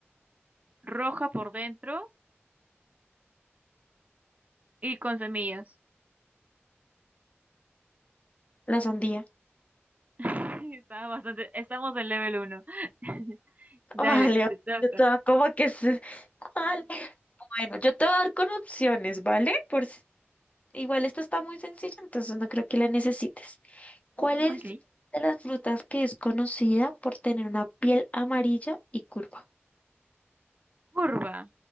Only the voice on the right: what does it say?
roja por dentro y con semillas.
<laughs> Está bastante, estamos en level uno <laughs>
Dale,
te toca.
Ok.
Curva.